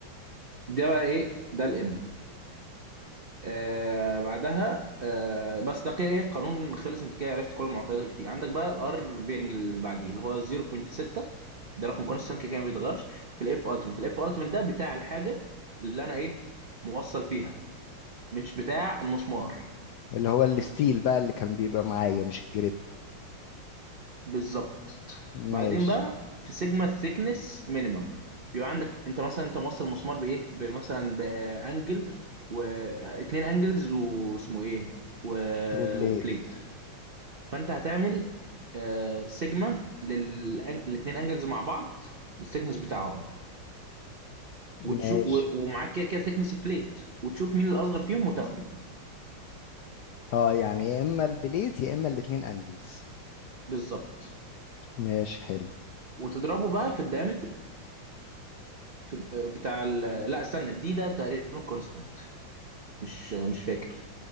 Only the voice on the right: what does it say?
ده بقى ايه ده الام آه بعدها آه بس ده كده ايه قانون خلص انت كده عرفت كل المعطيات اللي فيه عندك بقى الار بيرنج اللي بعديه اللي هو 0.6 ده رقم كونستنت كده كده ما بيتغيرش في الاف التيمت الاف التيمت ده بتاع الحاجه اللي انا ايه موصل فيها مش بتاع المسمار
بالظبط
بعدين بقى في سيجما ثيكنس مينيمم بيبقى عندك انت مثلا انت موصل المسمار بايه بمثلا بانجل واتنين انجلز واسمه ايه و...
وبليت فانت هتعمل آه، سيجما للاثنين انجلز مع بعض الثيكنس بتاعهم
وتشوف و- ومعاك كده كده ثيكنس بليت وتشوف مين الاصغر فيهم وتاخده
بالظبط
وتضربه بقى في الدايمتر في آه، بتاع ال... لا استنى الدي ده تقريبا كونستانت مش مش فاكر